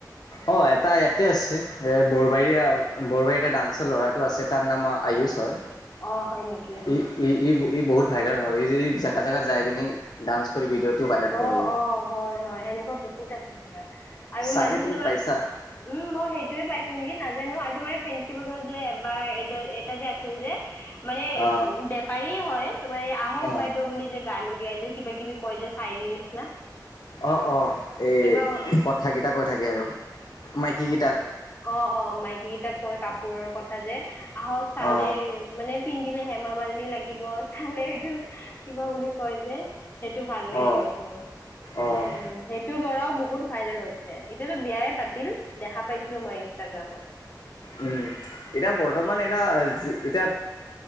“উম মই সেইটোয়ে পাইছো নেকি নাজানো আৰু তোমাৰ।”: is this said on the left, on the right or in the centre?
Left